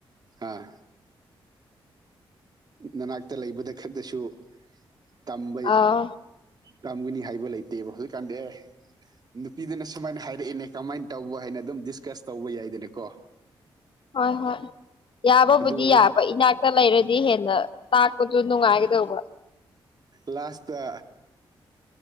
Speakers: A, on the right; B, on the left.
A: ꯑꯥ ꯅꯅꯥꯛꯇ ꯂꯩꯕꯗ ꯈꯛꯇꯁꯨ ꯇꯝꯕ
B: ꯑꯥ
A: ꯇꯝꯒꯅꯤ ꯍꯥꯏꯕ ꯂꯩꯇꯦꯕ ꯍꯧꯖꯤꯛꯀꯥꯟꯗꯤ ꯑꯦ ꯅꯨꯄꯤꯗꯨꯅ ꯁꯨꯃꯥꯏꯅ ꯍꯥꯏꯔꯛꯑꯏꯅꯦ ꯀꯃꯥꯏꯅ ꯇꯧꯕ ꯍꯥꯏꯅ ꯑꯗꯨꯝ ꯗꯤꯁꯀꯁ ꯇꯧꯕ ꯌꯥꯏꯗꯅ ꯀꯣ <inaudible>
B: ꯍꯣꯏ ꯍꯣꯏ ꯌꯥꯕꯕꯨꯗꯤ
A: ꯑꯣꯏꯔꯗꯤ
B: ꯌꯥꯕ ꯏꯅꯥꯛ ꯂꯩꯔꯗꯤ ꯍꯦꯟꯅ ꯇꯥꯛꯄꯗꯨꯣ ꯅꯨꯡꯉꯥꯏꯒꯗꯧꯕ
A: ꯂꯥꯁꯇ